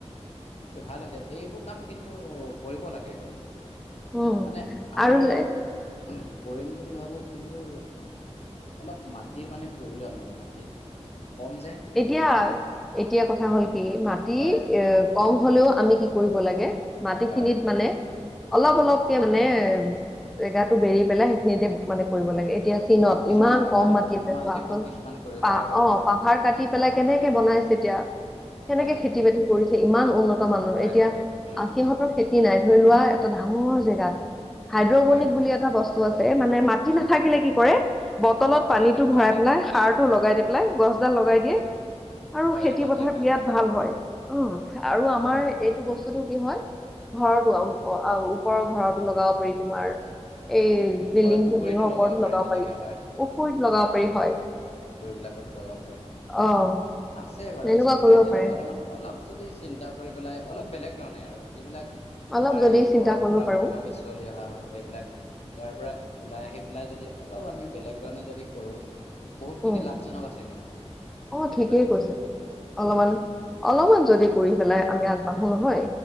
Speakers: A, on the left; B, in the centre.
A: এইটো ভাল হৈছে। এইবোৰ কাম কিন্তু কৰিব লাগে দেই,
B: উম
A: মানে আমাৰ
B: আৰু যে
A: ইয়াত কৰিম বুলি ভাবোঁ কিন্তু অলপ মাটিৰ মানে প্ৰয়োজন মানে মাটিৰ কম যে
B: এতিয়া এতিয়া কথা হ'ল কি মাটি
A: হয়
B: এ কম হ'লেও আমি কি কৰিব লাগে মাটিখিনিত
A: হয়
B: মানে অলপ, অলপকে মানে জেগাটো বেৰি পেলাই সেইখিনিতে মানে কৰিব লাগে এতিয়া চীনত
A: অঁ কিছুমান
B: ইমান
A: হয়
B: কম মাটি আছে
A: মাল্টিপল
B: চোৱাচোন
A: কিছুমান কৰিব
B: পা
A: পাৰে বাৰু
B: অ
A: হয়
B: পাহাৰ কাটি পেলাই কেনেকে বনাইছে এতিয়া। কেনেকে
A: হয় হয়
B: খেতি- বাতি কৰিছে ইমান উন্নত মানৰ
A: কৰে
B: এতিয়া
A: কৰে
B: আহ
A: উম
B: সিহঁতৰ খেতি নাই ধৰি লোৱা এটা ডাঙৰ জেগাত হাইড্ৰবনিক
A: হয়
B: বুলি এটা বস্তু আছে এ মানে মাটি নাথাকিলে কি কৰে বটলত পানীটো
A: হয় হয়
B: ভৰাই
A: পানীত
B: পেলাই,
A: হয়
B: সাৰটো লগাই দি পেলাই, গছডাল লগাই দিয়ে আৰু
A: হয়
B: খেতি
A: তাতে
B: পথাৰ
A: হৈ
B: বিৰাট
A: যায় ন
B: ভাল হয়। অ', আৰু
A: ভাল
B: আমাৰ
A: হয় হয়
B: এইটো বস্তুটো কি হয় ঘৰতো আৰু আৰু ওপৰৰ ঘৰতো লগাব পাৰি তোমাৰ। এই বিল্ডিং-
A: হয় পুখুৰীতো
B: চিল্ডিঙৰ ওপৰতো
A: পাৰে
B: লগাব
A: তেনেকে
B: পাৰি পুখুৰীত লগাব পাৰি হয়।
A: পুকুৰীবিলাকতো লগাব পাৰে।
B: অ'।
A: আছে বাৰু
B: এনেকুৱা
A: সঁচাকে
B: কৰিব
A: দেই তেনেকুৱা
B: পাৰে।
A: ধৰণৰ অলপ যদি চিন্তা কৰি পেলাই, অলপ বেলেগ ধৰণে আৰু যিবিলাক।
B: অলপ
A: আমাৰ
B: যদি
A: এইটো
B: চিন্তা
A: পৰম্পৰাগতভাৱে
B: কৰিব পাৰো।
A: চলি অহা হয় এইবিলাক। ইয়াৰ পৰা ওলাই আহি পেলাই যদি অলপ আমি বেলেগ ধৰণে যদি কৰো। বহুতখিনি
B: উম,
A: লাভজনক আছে কিন্তু
B: অ'
A: খেতি-
B: ঠিকেই
A: বাতিত
B: কৈছে। অলপমান, অলপমান যদি কৰি পেলাই আমি আগবাঢ়ো নহয়